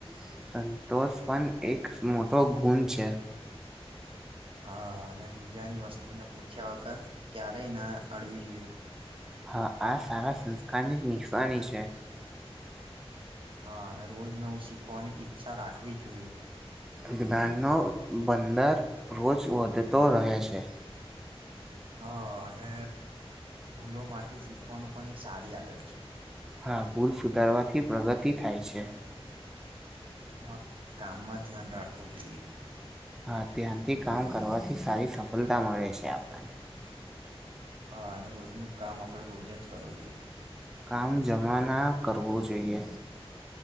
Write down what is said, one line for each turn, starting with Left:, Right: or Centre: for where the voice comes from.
Centre: સંતોષ પણ એક મોટો ગુણ છે.
Right: હા અને બીજાની વસ્તુ ને પૂછ્યા વગર ક્યારેય ના અડવી જોઈએ.
Centre: હા આ સારા સંસ્કાર ની જ નિસવાની છે.
Right: હા અને રોજ નવું શીખવાની ઈચ્છા રાખવી જોઈએ.
Centre: બિગાળનો બંદર રોજ વધતો રહે છે.
Right: હા અને ભૂલો માથી શીખવાનું પણ એક સારી આદત છે.
Centre: હા ભૂલ સુધારવાથી પ્રગતિ થાય છે.
Right: હા કામમાં ધ્યાન રાખવું જોઈએ.
Centre: હા ધ્યાનથી કામ કરવાથી સારી સફળતા મળે છે આપણને.
Right: હા અને રોજનું કામ આપડે રોજ જ કરવું જોઈએ.
Centre: કામ જમા ના કરવું જોઈએ.